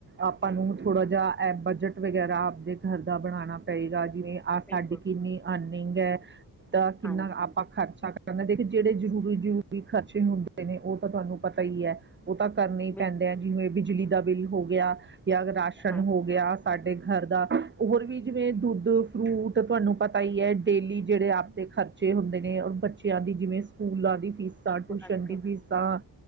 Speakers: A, on the right (about 25°); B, in the centre.
A: ਆਪਾਂ ਨੂੰ ਥੋੜ੍ਹਾ ਜਿਹਾ ਇਹ ਬਜਟ ਵਗੈਰਾ ਆਪਦੇ ਘਰ ਦਾ ਬਣਾਉਣਾ ਪਏਗਾ ਜਿਵੇਂ ਆ
B: ਬਿਲਕੁਲ
A: ਸਾਡੀ ਕਿੰਨੀ ਅਰਨਿੰਗ ਐ। ਤਾਂ ਕਿੰਨਾ
B: ਹਾਂਜੀ
A: ਆਪਾਂ ਖਰਚਾ ਕਰਨਾ ਦੇਖੋ। ਜਿਹੜੇ ਜ਼ਰੂਰੀ ਜ਼ਰੂਰੀ ਖਰਚੇ ਹੁੰਦੇ ਨੇ, ਉਹ ਤਾਂ ਤੁਹਾਨੂੰ ਪਤਾ ਹੀ ਐ। ਓਹ ਤਾਂ ਕਰਨੇ ਹੀ
B: ਬਿਲਕੁਲ
A: ਪੈਂਦੇ ਆ। ਜਿਵੇਂ ਬਿਜਲੀ ਦਾ ਬਿੱਲ ਹੋ ਗਿਆ। ਜਾਂ ਰਾਸ਼ਨ
B: ਹਾਂਜੀ
A: ਹੋ ਗਿਆ। ਸਾਡੇ ਘਰ ਦਾ ਹੋਰ ਵੀ ਜਿਵੇਂ ਦੁੱਧ, ਫਰੂਟ ਤੁਹਾਨੂੰ ਪਤਾ ਹੀ ਐ ਡੇਲੀ ਜਿਹੜੇ ਆਪਦੇ ਖਰਚ ਬੱਚੇ ਹੁੰਦੇ ਨੇ, ਬੱਚਿਆਂ ਦੀ ਜਿਵੇਂ ਸਕੂਲਾਂ ਦੀ ਫੀਸ
B: ਉਹਨਾਂ
A: ਟਊਸ਼ਨ
B: ਨੇ ਫਿਰ
A: ਦੀ ਫੀਸਾਂ।